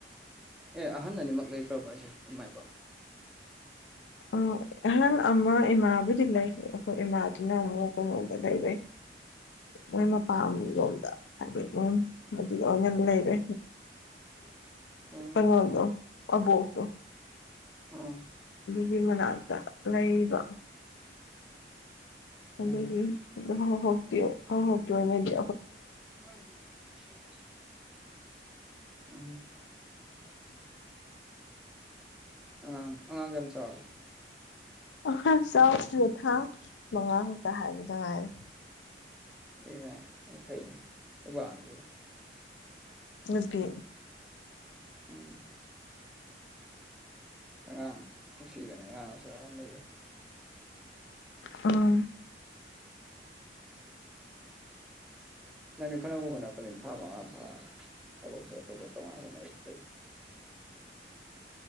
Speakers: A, in the centre; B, on the left.
A: ꯑꯦ ꯑꯍꯟ ꯑꯅꯤꯃꯛ ꯂꯩꯇ꯭ꯔꯕꯣ ꯍꯥꯢꯁꯦ ꯏꯃꯥ ꯏꯄꯥ
B: ꯑ ꯑꯍꯪ ꯑꯃ ꯏꯃꯥꯕꯨꯗꯤ ꯂꯩ ꯑꯩꯈꯣꯏ ꯏꯃꯥꯗꯨꯅ ꯑꯃꯨꯛ ꯂꯣꯝꯗ ꯂꯩꯔꯦ ꯃꯣꯏ ꯃꯄꯥꯟ ꯂꯣꯝꯗ ꯍꯥꯏꯗꯤ ꯃꯝ ꯑꯗꯨꯗꯣ ꯉ ꯂꯩꯔꯦ
A: ꯎꯝ
B: ꯀꯩꯅꯣꯗꯣ ꯑꯕꯣꯛ ꯇꯣ
A: ꯎꯝ
B: ꯑꯗꯨꯒꯤ ꯃꯅꯥꯛꯇꯥ ꯂꯩꯕ ꯑꯗꯨꯒꯤ
A: ꯎꯝ
B: ꯌꯨꯗꫭ ꯍ ꯍ ꯍꯥꯎꯇꯦ ꯍ ꯍꯥꯎꯇꯦꯃꯦꯒꯤ
A: ꯊꯥꯡ ꯁꯨꯔꯤꯖꯤꯕꯨ ꯁꯤꯖ ꯈꯪꯗꯦ ꯎꯝ ꯑ ꯑꯉꯥꯡ ꯀꯌꯥꯝ ꯆꯥꯎꯔꯦ
B: ꯑ ꯍꯥ ꯆꯥꯎꯗꯔꯤ ꯊꯥ ꯃꯉꯥ ꯈꯛꯇ ꯍꯥꯏꯕꯗ ꯉꯥꯏꯔꯦ
A: ꯑꯦ ꯑꯦ ꯐꯩ ꯅꯦ ꯅꯨꯄꯔ ꯅꯨꯄꯤꯔ
B: ꯅꯨꯄꯤ
A: ꯎꯝ ꯑꯉꯥꯡ ꯅꯨꯡꯁꯤꯕꯅꯦ ꯑꯉꯥꯡ ꯃꯆꯥꯃ ꯂꯩꯕꯖꯦ
B: ꯎꯝ
A: ꯅꯪꯗꯤ ꯐꯅꯕ ꯍꯣꯠꯅꯄꯅꯤ ꯊꯥ ꯃꯉꯥ ꯐꯥ ꯊꯕꯛꯁꯨ ꯑꯇꫭꯞꯄ ꯇꫭꯉꯥꯟꯅ ꯍꫭꯠꯅꯔꯤ ꯐꯩ